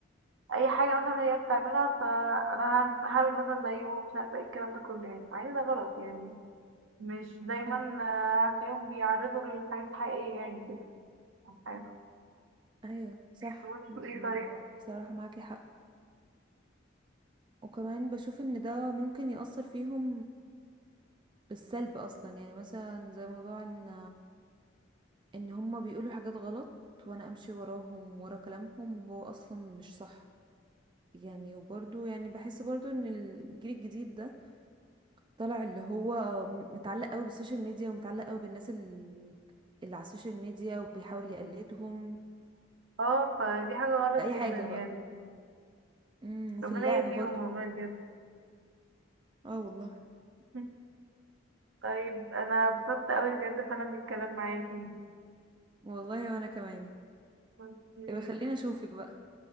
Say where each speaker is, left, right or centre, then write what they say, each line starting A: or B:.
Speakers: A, on the right (about 75°); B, on the right (about 25°).
A: فاي حاجه مثلا هي بتعملها فانا هعم- هعمل مثلا زيه مش عارفه ايه الكلام ده كله يعني مع ان ده غلط يعني مش دايما
B: ايوه
A: آه، هتلاقيهم بيعرضوا للحاجات الحقيقيه يعني كده عن حياتهم.
B: ايوه صح
A: طب وانتوا
B: م-
A: ايه
B: ما
A: طيب
B: بصراحة معاكي حق وكمان بشوف ان ده ممكن يأثر فيهم بالسلب اصلا يعني مثلا زي موضوع ان ان هما بيقولوا حاجات غلط وانا امشي وراهم ورا كلامهم وهو اصلا مش صح يعني وبرضو يعني بحس برضو ان الجيل الجديد ده طالع اللي هو متعلق قوي بالسوشيال ميديا ومتعلق قوي بالناس ال- اللي على السوشيال ميديا وبيحاول يقلدهم
A: اه فدي حاجة غلط
B: اي
A: جدا
B: حاجة
A: يعني
B: بقى امم وفي
A: ربنا
B: اللعب
A: يهديهم
B: برضو
A: والله
B: ممكن
A: بجد
B: اه والله
A: <laughs> طيب انا اتبسطت قوي بجد فعلا بالكلام معاكي
B: والله وانا كمان
A: ماشي.
B: يبقى خليني اشوفك بقى